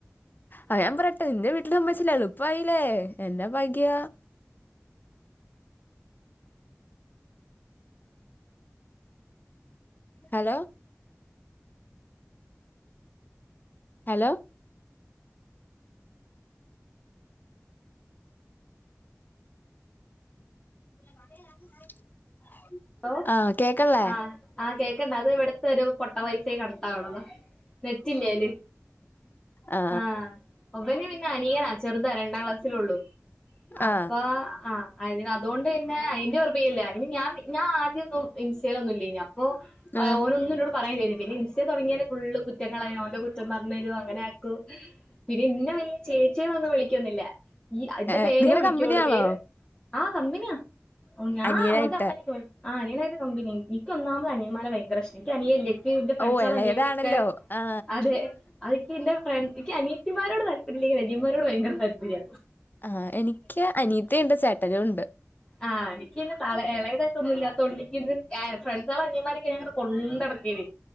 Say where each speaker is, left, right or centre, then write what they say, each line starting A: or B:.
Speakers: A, on the left; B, on the left.
A: അ ഞാൻ പറയട്ടെ നിന്റെ <unintelligible> എന്നാ ഭാഗ്യ ഹലോ ഹലോ <inaudible>
B: ഹലോ
A: ആ കേക്കണില്ലേ
B: ആഹ് ആഹ് കേക്കണ്ട അത് ഇവിടത്തെ ഒരു പൊട്ട വൈഫൈ കണക്ട് ആവണതാ നെറ്റ് ഇല്ല അല്ലെ
A: ആ
B: ആഹ് അവന് പിന്നെ അനിയാ ചെറുതാ രണ്ടാം ക്ലാസ്സിലള്ളൂ
A: ആ
B: അപ്പ ആഹ് അതിന് അതുകൊണ്ട് തന്നെ അതിന്റെ <unintelligible> ഇല്ല അയിന് ഞാൻ പിന്നെ ആദ്യം ഒന്നും ഇൻസ്റ്റെലൊന്നുമില്ലയിന അപ്പോ
A: ആ
B: ഓന് ഒന്നും എന്നോട് പറയാൻ ഇല്ലായിരുന്നു പിന്നെ ഇൻസ്റ്റ തുടങ്ങിയന്നെ ഫുള്ള് കുറ്റങ്ങളായി അവന്റെ കുറ്റം പറഞ്ഞ് തരും അങ്ങനെ പിന്നെ ഇന്നെ വല്യ ചേച്ചിയെന്നൊന്നും വിളിക്കുന്നില്ല ഈ അതിന്റെ
A: ഏ
B: പേരെ
A: നിങ്ങള്
B: വിളിക്കോള്ളൂ
A: കമ്പനിയാണോ
B: പേര് ആഹ് കമ്പിനിയാ ഞാ
A: അനിയനായിട്ട്
B: ഓന്റെ അമ്മനെ ആഹ് അനിയനായിട്ട് കമ്പനി എനിക്ക് ഒന്നാമത് അനിയന്മാരെ ഭയങ്കര ഇഷ്ടം എനിക്കനിയനില്ലേ ന്റെ ഫ്രണ്ട്സ്കള
A: ഓ ഇളയതാണല്ലോ
B: അനിയനെക്കെ
A: ആ
B: അതെ അതക്കെ എന്റ എനിക്ക് അനിയത്തിമാരോട് താല്പര്യം ഇല്ലെ അയന്മാരോട് ഭയങ്കര തല്പര്യ
A: ആഹ് എനിക്ക് അനിയത്തിയുണ്ട് ചേട്ടനും ഉണ്ട്
B: ആ എനിക്ക് പിന്നെ തല ഇളയതായിട്ടൊന്നും ഇല്ലാത്തോണ്ട് ഫ്രണ്ട്സോളെ അനിയൻമാരൊക്കെ ഞങ്ങള് കൊണ്ട്നടക്കേനി